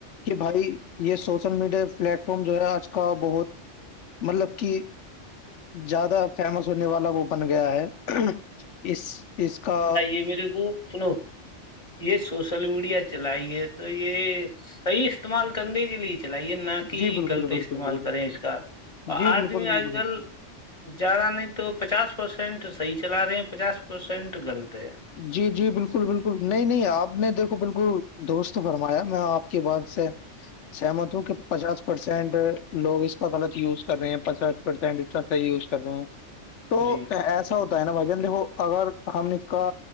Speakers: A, on the left; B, on the left.
A: کہ بھائی یہ سوشل میڈیا پلیٹ فارم جو ہے آج کا بہت مطلب کہ زیادہ فیمس ہونے والا وہ بن گیا ہے اس اس کا
B: یر وہ سنو یہ سوشل میڈیا چلائی ہے تو یہ صحیح استعمال کرنے کے لیے چلائیے نہ کہ
A: جی بالکل
B: غلط
A: بالکل
B: استعمال
A: بالکل
B: کریں اس کا اور
A: جی
B: آدمی
A: بالکل بالکل
B: آج کل زیادہ نہیں تو پچاس پرسینٹ صحیح چلا رہے ہیں پچاس پرسینٹ غلط ہے
A: جی جی بالکل بالکل نہیں نہیں آپ نے دیکھو بالکل دوست فرمایا میں آپ کی بات سے سہمت ہوں کہ پچاس پرسینٹ لوگ اس کا غلط یوز کر رہے ہیںچاس حیح ز ہیں تو
B: جی
A: ایسا ہوتا ہے نا بھائی جان دیکو اگر ہم نے کا